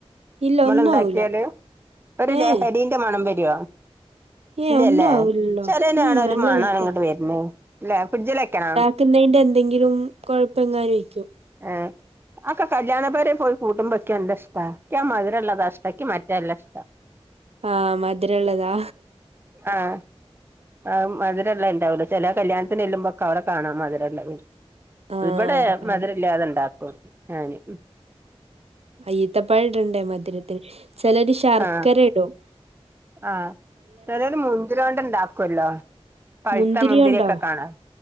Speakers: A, on the right; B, on the right.
A: ഇല്ല
B: മ്മള്ണ്ടാക്കിയാല്
A: ഒന്നും ആവൂല
B: ഒരു ലഹരിന്റെ
A: ഏഹ്
B: മണം വെരോ?
A: ഏഹ്
B: ഇല്ല്യല്ലേ
A: ഒന്നും ആവൂലല്ലോ
B: ചെലേനാണാ
A: ഉം
B: ഒരു
A: നല്ല
B: മണാണ്ങ്ങെട്ടെവെര്ന്
A: രസാ
B: ല്ലെ ഫ്രിഡ്ജിലെക്കണൊ?
A: ക്കുന്നെന്റെന്തെങ്കിലും കൊഴപ്പെങ്ങാനെയ്ക്കും
B: ഏഹ് അഹ്ക്കെ കല്യാണ പേരെപോയി കൂട്ടുമ്പോ ഇക്ക്യല്ലഷ്ടാ ഇക്ക്യാ മധുരള്ളതാഷ്ട്ടം ഇക്കിമറ്റേല്ലഷ്ട്ടം
A: ആഹ് മധ്‌രെള്ളതാ?
B: ആഹ് ആഹ് മധ് രെള്ളെണ്ടാവൂലെ? ചെലെ കല്യാണത്തിനെല്ലുമ്പൊക്കവിടെ കാണാ മധ് രള്ളത്
A: ആഹ്
B: ഇവടെ
A: അവിടെ കാണാം
B: മധ് രല്ലാതെണ്ടാക്കും ഞാന്
A: ഈത്തപഴടെണ്ടേ മധുരത്തിന് ചെലര് ശർക്കെരെടും
B: ആഹ് ആഹ് ചെലോല് മുന്തിരിയോണ്ട്ണ്ടാക്കൊല്ലോ? പഴുത്ത
A: മുന്തിരിയുണ്ടോ
B: മുന്തിരിയൊക്കെ കാണാം